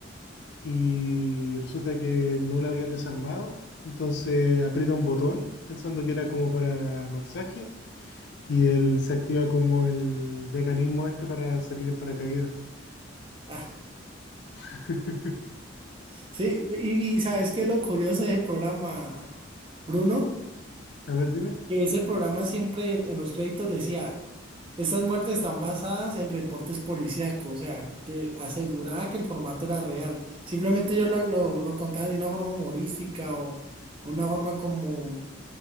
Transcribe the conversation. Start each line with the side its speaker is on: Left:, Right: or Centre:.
Left: y resulta que no la habían desarmado, entonces aprieta un botón pensando que era como para masaje y él se activa como el mecanismo este para salir en paracaídas.
Right: Ah,
Left: <laughs>
Right: sí, y, y ¿sabes qué es lo curioso de ese programa, Bruno?
Left: A ver, dime.
Right: que ese programa siempre en, en los créditos decía, estas muertes están basadas en reportes policíacos, o sea, que aseguraba que el formato era real. Simplemente yo lo, lo, lo contaba de una forma humorística o una forma como,